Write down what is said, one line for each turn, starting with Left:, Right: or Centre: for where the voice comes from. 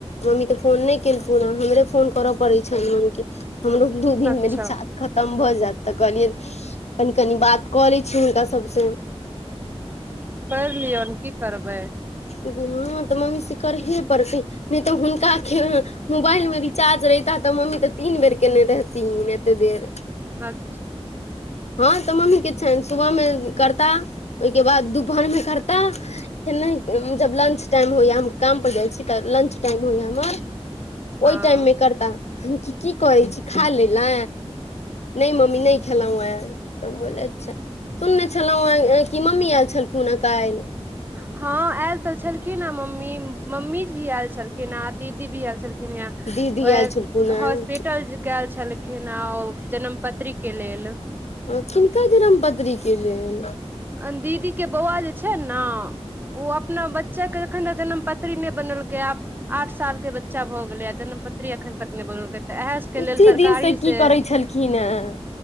Left: मम्मी तऽ फोन नहि केलखुन हँ हमरे फोन करय पड़ैत छनि मम्मीके हमरो दू दिन
Right: अच्छा
Left: मे रिचार्ज खत्म भऽ जैत त कहलियै कनि कनि बात कऽ लै छियै हुनका सबसँ
Right: करि लियौन की करबै
Left: हँ तऽ मम्मी से करहे पड़तै नहि तऽ हुनका ख मोबाइल मे रिचार्ज रहिता तऽ मम्मी तऽ तीन बेर केने रहथिन एते देर
Right: अच्छा
Left: हँ तऽ मम्मी के छनि सुबहमे करता ओहिके बाद दुपहरमे करता फेन नहि जब लंच टाइम होइए हम काम पर जाइ छी तऽ लंच टाइम होइया हमर
Right: हँ
Left: ओहि टाइम मे करता हम की करै छी खा लै ला नहि मम्मी नहि खेलव ह तब बोले अच्छा सुनने छलहु कि मम्मी आयल छलखुनह काल्हि।
Right: हँ आयल तऽ छलखिन हे मम्मी मम्मी भी आयल छलखि छिन ह आ दीदी भी आयल छलखिन ह
Left: दीदी
Right: वैह
Left: आयल छलखुन हेँ
Right: हॉस्पिटल गैल छलख खिन ह आ ओ जनम पत्रीके लेल।
Left: आ किनका जनम पत्री के लेल?
Right: आ दीदी के बौआ जे छैन ने ओ अपना बच्चा के एखन तऽ जन्म पत्री नहि बनेलकै आब आठ साल के बच्चा भऽ गेलै आ जन्म पति री एखन तक नहि बनलकै तऽ इएह
Left: अथी
Right: सभके लेल सरकारी
Left: दिन की
Right: से
Left: करै छलखिन हेँ